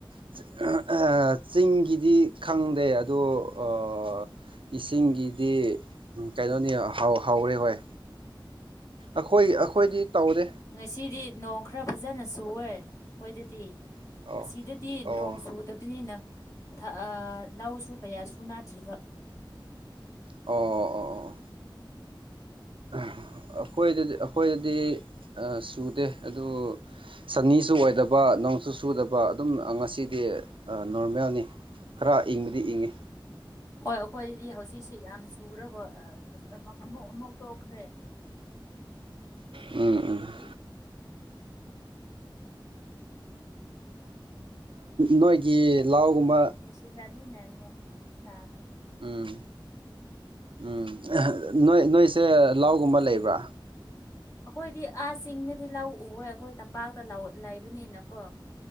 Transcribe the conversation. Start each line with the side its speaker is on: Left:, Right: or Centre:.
Right: <unintelligible> ꯆꯤꯡꯒꯤꯗꯤ ꯈꯪꯗꯦ ꯑꯗꯣ ꯑ ꯏꯁꯤꯡꯒꯤꯗꯤ ꯀꯩꯅꯣꯅꯤ ꯍꯧ ꯍꯧꯔꯦ ꯍꯣꯏ ꯑꯩꯈꯣꯏ ꯑꯩꯈꯣꯏꯗꯤ ꯇꯧꯗꯦ
Left: ꯉꯁꯤꯗꯤ ꯅꯣꯡ ꯈꯔ ꯐꯖꯅ ꯆꯨꯋꯦ ꯑꯩꯈꯣꯏꯗꯗꯤ
Right: ꯑꯣ
Left: ꯑꯁꯤꯗꯗꯤ
Right: ꯑꯣ
Left: ꯅꯣꯡ ꯆꯨꯗꯕꯅꯤꯅ ꯊꯥ ꯑꯥ ꯂꯧꯁꯨ ꯀꯌꯥ ꯁꯨ ꯅꯥꯗ꯭ꯔꯤꯕ
Right: ꯑꯣ ꯑꯣ ꯑꯣ ꯑꯩꯈꯣꯏꯗꯗꯤ ꯑꯩꯈꯣꯏꯗꯗꯤ ꯆꯨꯗꯦ ꯑꯗꯨ ꯁꯅꯤꯁꯨ ꯑꯣꯏꯗꯕ ꯅꯣꯡꯁꯨ ꯆꯨꯗꯕ ꯑꯗꯨꯝ ꯉꯁꯤꯗꯤ ꯅꯣꯔꯃꯦꯜꯅꯤ ꯈꯔ ꯏꯪꯕꯗꯤ ꯏꯪꯉꯤ
Left: ꯍꯣꯏ ꯑꯩꯈꯣꯏꯗꯤ ꯍꯧꯖꯤꯛꯁꯤ ꯌꯥꯝ ꯆꯨꯔꯒ ꯑꯃꯨꯛ ꯑꯃꯨꯛ ꯇꯣꯛꯈ꯭ꯔꯦ
Right: ꯎꯝ ꯎꯝ ꯅꯣꯏꯒꯤ ꯂꯥꯎꯒꯨꯝꯕ
Left: ꯁꯤꯖꯅꯤꯅꯦ ꯅꯣꯡ ꯁꯥ
Right: ꯎꯝ ꯎꯝ ꯅꯣꯏ ꯅꯣꯏꯁꯦ ꯂꯥꯎꯒꯨꯝꯕ ꯂꯩꯕ꯭ꯔꯥ
Left: ꯑꯩꯈꯣꯏꯗꯤ ꯑꯥ ꯆꯤꯡꯗꯗꯤ ꯂꯧꯎꯑꯦ ꯑꯩꯈꯣꯏ ꯇꯝꯄꯥꯛꯇ ꯂꯩꯕꯅꯤꯅꯀꯣ